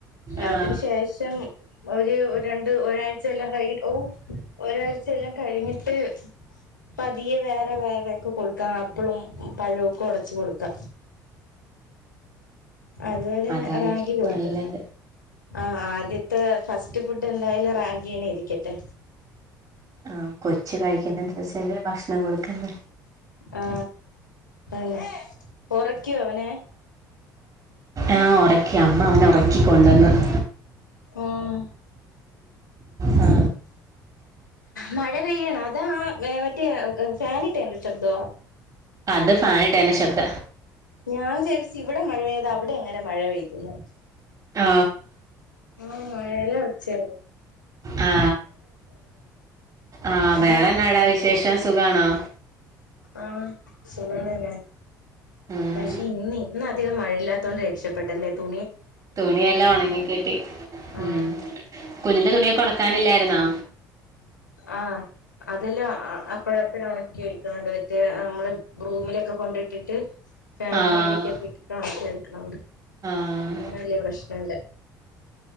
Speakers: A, on the right; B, on the left.
A: ആഹ്
B: അതിനന് ശേഷം ഒരു രണ്ട് ഒരാഴ്ച എല്ലാം കഴിഞ്ഞി ഓ ഒരാഴ്ച എല്ലാം കഴിഞ്ഞിട്ട് പതിയെ വേറെ വേറെക്കെ കൊടുക്കാം ആപ്പിളും പഴവുമൊക്കെ ഒടച്ച് കൊടുക്കാ. അതുവരെ
A: അതായിരിക്കും
B: റാഗി കൊടുക്ക്
A: നല്ലത്.
B: ആ ആദ്യത്തെ ഫസ് ഫുഡ് എന്തായാലും റാഗീന്നെ ഇരിക്കട്ടെ.
A: ആ കൊച്ച് കഴിക്കുന്ന വെച്ചാല് ഭക്ഷ ണം കൊടുക്ക
B: ആ തന്നെ ഉറക്കിയോ അവനെ
A: ആ ഉറക്കി അമ്മ അവനെ ഉറക്കി കൊണ്ടുവന്നതാ
B: ഉം
A: ആ
B: മഴ പെയ്യണോ അതാ മറ്റേ ഫാനിട്ടതിന്റെ ശബ്ദ?
A: അത് ഫാനിട്ട എന്റെ ശബ്ദ
B: ഞാൻ വിചാരിച്ച് ഇവിടെ മഴ പെയ്ത അവിടെ എങ്ങനെ മഴ പെയ്തെന്ന്?
A: ആ
B: ആ മഴയല്ല വച്ചേ
A: ആ ആ
B: ഇന്നിപ്പോ
A: വേറെ എന്നാടാ വിശേഷം സുഖണോ
B: ആ സുഖം തന്നെ
A: ഉം
B: പക്ഷെ ഇന്ന് ഇന്ന അധികം മഴയില്ലാത്തതോണ്ട് രക്ഷപ്പെട്ടല്ലേ തു
A: തുണിയെല്ലാം ഉണങ്ങിക്കിട്ടി
B: ആഹ്
A: ഉം കുഞ്ഞിന്റെ തുണിയൊക്കെ ഉണക്കാനില്ലായിരുന്നോ
B: ആ അതെല്ലാം അപ്പോഴപ്പോഴ ഉണക്കി എടുക്കുന്നുണ്ട് മറ്റേ നമ്മള് റൂമിലൊക്കെ കൊണ്ടിട്ടിട്ട് ഫാനിന്റെ
A: ആഹ്
B: അടിയ്ക്കിട്ടിട്ട് ഉണക്കി എടുത്ത് ണ്ട്
A: ആഹ്
B: വലിയ പ്രശ്നുണ്ട്